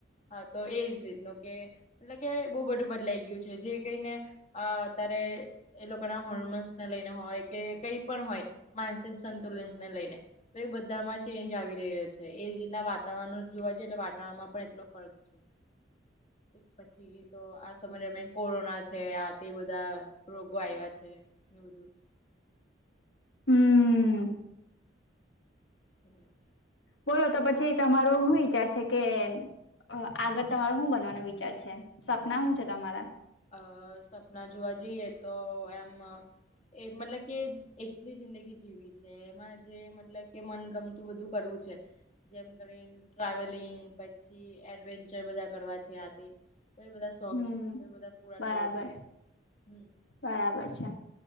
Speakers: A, on the left; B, on the left.
A: હા તો એજ રીતનું કે મતલબ કે બો બધું બદલાઈ ગયું છે, જે કેયને અતારે એ લોકો ના હોર્મોન્સને લઈને હોય કે કઈ પણ હોય માનસિક સંતુલનને લઈને તો એ બધામાં ચેન્જ આવી રહ્યો છે, એ રીતના વાતાવરણ જોવા જઈએ તો વાતાવરણમાં પણ એટલો ફકૅ છે, પછી તો આ સમય દરમ્યિન કોરોના છે, આ તે બધા રોગો આવ્યા છે, એ બધું
B: હમ.
A: <inaudible>
B: બોલો તો પછી તમારો હુ વિચાર છે, કે અ આગળ તમારો હુ બનવાનો વિચાર છે, સપના હુ છે, તમારા
A: અ સપના જોવા જઈએ તો એમ એ મતલબ કે એકલી જિંદગી જીવી છે, એમાં જે મતલબ કે મનગમ તુ બધું કરવું છે. જેમ કરીને ટ્રાવેલિંગ પછી એડવેન્ચર બધા કરવા છે, આ તે તો એ બધા શોખ
B: હમ
A: છે, તો એ બધા પૂરા
B: બરાબર
A: થવા જોઈએ હમ
B: બરાબર છે.